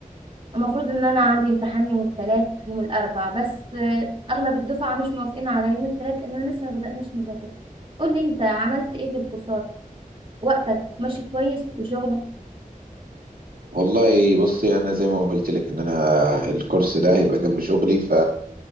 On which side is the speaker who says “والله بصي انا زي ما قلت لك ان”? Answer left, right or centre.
Right